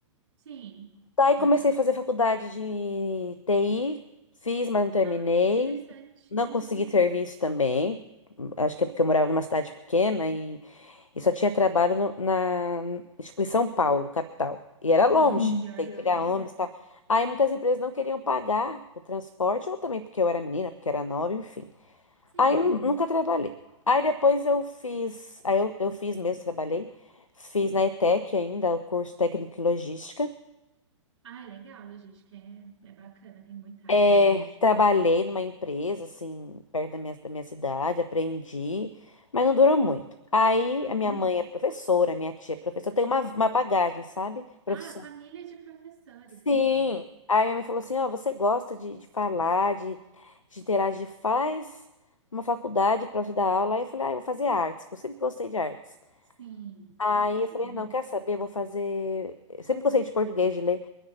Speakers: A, on the right; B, on the left.
A: sim,
B: Daí
A: normal.
B: comecei a fazer faculdade de TI, fiz, mas não terminei.
A: Ah, interessante.
B: Não
A: Uhum.
B: consegui serviço também. Acho que é porque eu morava numa cidade pequena e, e só tinha trabalho no- na, tipo, em São Paulo, capital. E era longe,
A: Sim, pior
B: Sim, tem que
A: que
B: pegar
A: é,
B: imagino.
A: né?
B: ônibus e tal. Aí muitas empresas não queriam pagar o transporte, ou também porque eu era menina, porque era nova, enfim.
A: Sim.
B: Aí nu- Uhum. nunca trabalhei. Aí depois eu fiz, aí eu, eu fiz mesmo, trabalhei. Fiz na ETEC ainda, o curso técnico em logística.
A: Ah, é legal, logística é, é bacana, tem muita área
B: É,
A: em logística.
B: trabalhei numa empresa, assim, perto da minha, da minha cidade, aprendi, mas não durou muito. Aí
A: Uhum.
B: a minha mãe é Uhum. professora, minha tia é professora, eu tenho uma, uma bagagem, sabe? Profissional.
A: Ah, família de professores,
B: Sim.
A: então.
B: Aí minha mãe falou assim: Ó, você gosta de, de falar, de, de interagir, faz uma faculdade pra você dar aula. Aí eu falei: Ah, eu vou fazer artes, que eu sempre gostei de artes.
A: Sim.
B: Aí
A: Ah, é bacana.
B: eu falei: ah, Não, quer saber? Eu vou fazer. Eu sempre gostei de português, de ler.